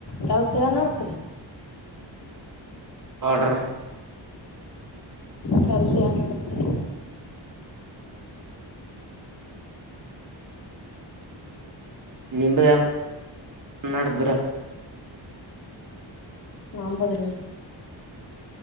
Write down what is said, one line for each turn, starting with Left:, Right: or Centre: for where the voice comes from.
Left: ಕೆಲ್ಸ ಏನ್ ನಡಡ್ತ್ರಿ.
Right: ಆಡುರ.
Left: ಕೆಲ್ಸ ಏನ್ ನಡದ್ರೀ.
Right: ನಿಂಬದೇನ್ ನಡದ್ರಿ.
Left: ನಂಬುದ್ರಿ.